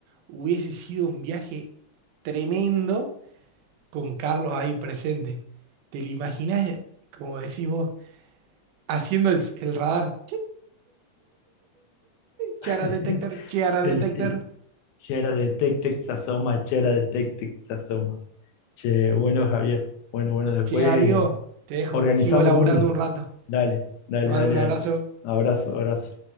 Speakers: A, on the right (about 90°); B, on the left (about 80°).
A: hubiese sido un viaje tremendo con Carlos ahí presente. ¿Te lo imaginás, como decís vos, haciendo el, el radar. Chiara
B: <laughs>
A: detector, Chiara
B: El,
A: detector.
B: Chera de Tec Tec se asoma, Chera de Tec Tec se asoma. Che, bueno, Javier. Bueno, bueno, después
A: Che, amigo, te dejo.
B: organizamos
A: Sigo laburando
B: uno.
A: un rato.
B: Dale, dale,
A: Te mando
B: dale,
A: un abrazo.
B: dale. Abrazo, abrazo.